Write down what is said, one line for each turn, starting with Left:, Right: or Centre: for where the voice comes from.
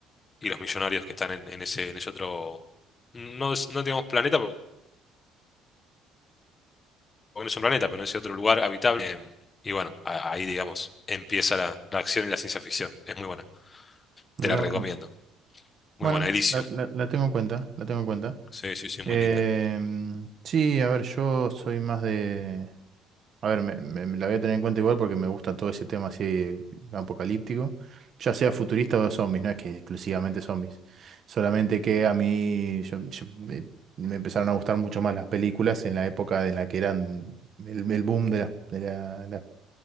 Left: y los millonarios que están en, en ese, en ese otro, no, es- no digamos planeta, porque no es un planeta, pero en ese otro lugar habitable. Em, Y bueno, a- ahí digamos, empieza la, la acción y la ciencia ficción. Es muy buena,
Right: Mirá.
Left: te la recomiendo.
Right: vos. Bueno,
Left: Muy buena, Elysium.
Right: la, la- la tengo en cuenta, la tengo en cuenta.
Left: Sí, sí, sí, muy
Right: Em,
Left: linda.
Right: sí, a ver, yo soy más de... A ver, me, me- me la voy a tener en cuenta igual porque me gusta todo ese tema así apocalíptico, ya sea futurista o de zombies, no es que exclusivamente zombies, solamente que a mí yo- yo- me, me empezaron a gustar mucho más las películas en la época en la que eran el, el boom de las, de la- la-